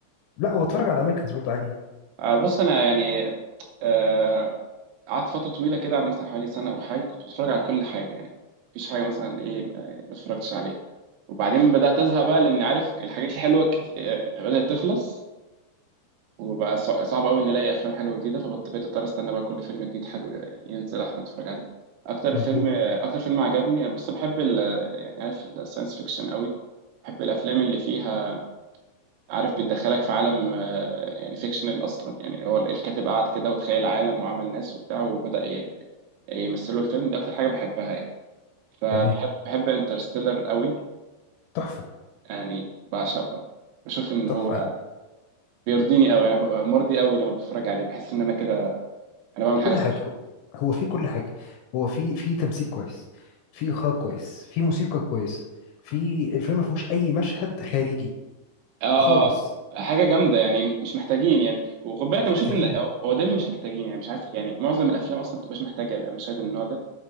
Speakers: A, on the left; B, on the right.
A: لا وبتفرج على امريكانز برضه عادي يعني.
B: آه بص انا يعني آه قعدت فتره طويله كده مثلا حوالي سنه او حاجه كنت بتفرج على كل حاجه يعني مفيش حاجه مثلا ايه آه، ما اتفرجتش عليها وبعدين بدأت أزهق بقى لأن عارف الحاجات الحلوة كت... آه، بدأت تخلص وبقى ص- صعب أوي نلاقي أفلام حلوة جديدة فبقيت أضطر أستنى بقى كل فيلم جديد حلو يعني ينزل عشان أتفرج عليه أكتر
A: مظبوط
B: فيلم آه، أكتر فيلم عجبني أنا بص بحب ال... يعني عارف الساينس فيكشن أوي بحب الأفلام اللي فيها عارف بتدخلك في عالم آه، يعني فيكشنال أصلا يعني هو الكاتب قعد كده وتخيل عالم وعمل ناس وبتاع وبدأ ي... يمثله الفيلم دي أكتر حاجة بحبها يعني فبحب
A: تمام
B: بحب انترستيلر أوي
A: تحفة
B: يعني بعشقه بقى. بشوف ان
A: تحفة
B: هو بيرضيني قوي انا ببقى مرضي قوي لما بتفرج عليه بحس ان انا كده انا بعمل
A: كل
B: حاجه صح
A: حاجة هو في كل حاجة هو في في تمثيل كويس في إخراج كويس في موسيقى كويس في الفيلم ما فيهوش أي مشهد خارجي
B: اه
A: خالص
B: آه، حاجه جامده يعني مش محتاجين يعني وخد بالك انا
A: مش
B: بشوف
A: محتاجين
B: ان هو دايما مش محتاجين يعني مش عارف يعني معظم الافلام اصلا ما بتبقاش محتاجه المشاهد من النوع ده